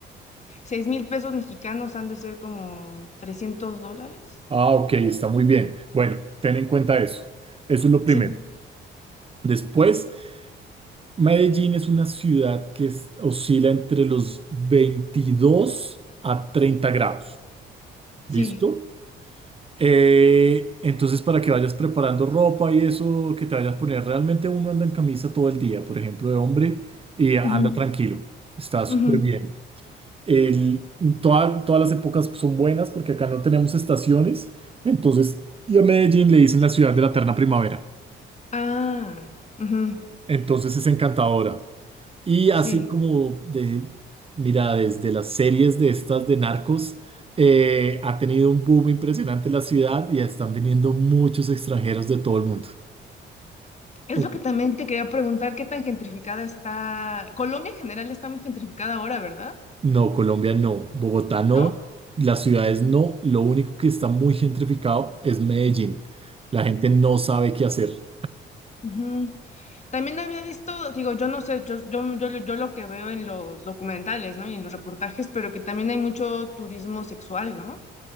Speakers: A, on the left (about 35°); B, on the right (about 30°).
A: seis mil pesos mexicanos han de ser como trescientos dólares.
B: Ah, ok, está muy bien. Bueno, ten en cuenta eso. Eso es lo primero.
A: Sí,
B: Después, Medellín es una ciudad que es- oscila entre los 22 a 30 grados. ¿Listo?
A: sí.
B: Eh, entonces, para que vayas preparando ropa y eso que te vayas a poner, realmente uno anda en camisa todo el día, por ejemplo, de hombre, y anda
A: Ujú,
B: tranquilo, está súper
A: ujú.
B: bien. El, toda- todas las épocas son buenas porque acá no tenemos estaciones, entonces, y a Medellín le dicen la ciudad de la eterna primavera,
A: Ah, ujú,
B: entonces es encantadora. Y
A: Sí.
B: así como de, mira, desde las series de estas de narcos, eh, ha tenido un boom impresionante la ciudad y están viniendo muchos extranjeros de todo el mundo.
A: Es
B: Ok.
A: lo que también te quería preguntar, ¿qué tan gentrificada está? Colombia en general está muy gentrificada ahora, ¿verdad?
B: No, Colombia no, Bogotá no,
A: ¿No?
B: las ciudades no, lo único que está muy gentrificado es Medellín. La gente no sabe qué hacer.
A: Ujú. También había visto, digo, yo no sé, yo, yo, yo, lo yo lo que veo en los documentales, ¿no? Y en los reportajes, pero que también hay mucho turismo sexual, ¿no?